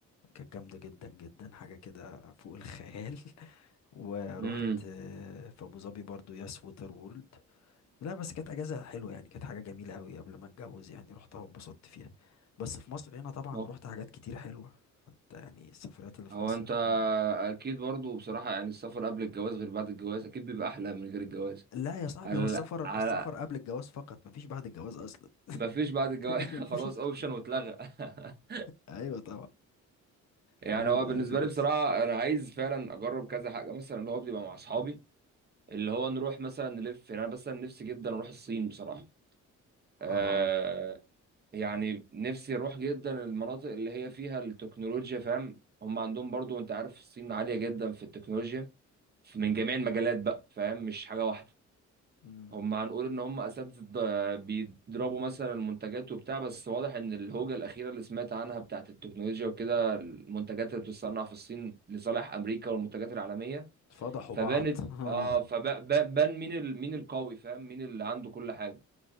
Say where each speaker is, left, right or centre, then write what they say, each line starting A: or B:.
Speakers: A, on the left (about 60°); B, on the right (about 35°).
A: كانت جامدة جدا جدا حاجة كده فوق الخيال <laughs> ورحت
B: امم
A: آه، في أبو ظبي برضو ياس ووتر وورلد لا بس كانت أجازة حلوة يعني كانت حاجة جميلة أوي قبل ما أتجوز يعني روحتها واتبسطت فيها بس في مصر هنا طبعا
B: هو
A: روحت حاجات كتير حلوة فأنت يعني السفرات اللي في
B: هو
A: مصر
B: انت
A: هنا
B: اكيد برضو بصراحة يعني السفر قبل الجواز غير بعد الجواز اكيد بيبقى احلى من غير الجواز
A: لا يا صاحبي
B: على
A: هو السفر
B: على
A: السفر قبل الجواز فقط مفيش بعد الجواز أصلا
B: ما فيش بعد الجواز
A: <laughs> مفيش
B: <laughs> خلاص اوبشن واتلغى <laughs>
A: أيوة طبعا
B: يعني
A: هو بيبقى
B: هو بالنسبة
A: قبل بس
B: لي بصراحة انا عايز فعلا اجرب كذا حاجة مثلا اللي هو بيبقى مع اصحابي اللي هو نروح مثلا نلف يعني انا مثلا نفسي جدا اروح الصين بصراحة آه.
A: اه
B: يعني نفسي اروح جدا المناطق اللي هي فيها التكنولوجيا فاهم هم عندهم برضو انت عارف الصين عالية جدا في التكنولوجيا
A: م-
B: من جميع المجالات بقى فاهم مش حاجة واحدة
A: م.
B: هم هنقول ان هم اساتذة آه، بيضربوا مثلا المنتجات وبتاع بس واضح ان الهوجة الاخيرة اللي سمعت عنها بتاعت التكنولوجيا وكده المنتجات اللي بتتصنع في الصين لصالح امريكا والمنتجات العالمية
A: فضحوا
B: فبانت
A: بعض <laughs>
B: اه فبان مين ال... مين القوي فاهم مين اللي عنده كل حاجة